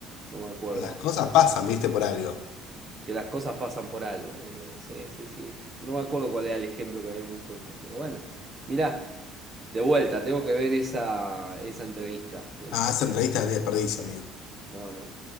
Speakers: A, on the right (about 20°); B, on the left (about 60°).
A: no me acuerdo.
B: Las cosas pasan, viste, por algo.
A: Que las cosas pasan por algo, boludo. Sí, sí, sí. No me acuerdo cuál era el ejemplo que habíamos puesto, pero bueno. Mirá, de vuelta, tengo que ver esa, esa entrevista del
B: Ah,
A: chico.
B: esa entrevista de desperdicio, amigo.
A: No, no,